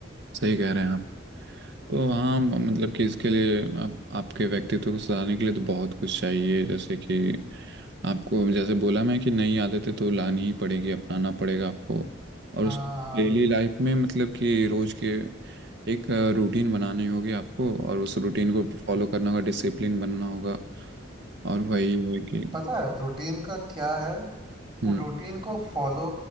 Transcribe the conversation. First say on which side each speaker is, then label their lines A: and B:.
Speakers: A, on the right; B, on the right.
A: सही कह रहे हैं आप तो हाँ म- मतलब कि इसके लिए आप आपके व्यक्तित्व को सुधारने के लिए तो बहुत कुछ चाहिए जैसे कि आपको जैसे बोला मैं कि नई आदतें तो लानी ही पड़ेगी अपनाना पड़ेगा आपको और
B: हाँ
A: उसको
B: हाँ
A: डेली लाइफ में मतलब कि रोज के एक रूटीन बनानी होगी आपको और उस रूटीन को फॉलो करना होगा डिसिप्लिन बनना होगा और वही है कि
B: पता है रूटीन का क्या है
A: हम्म
B: रूटीन को फॉलो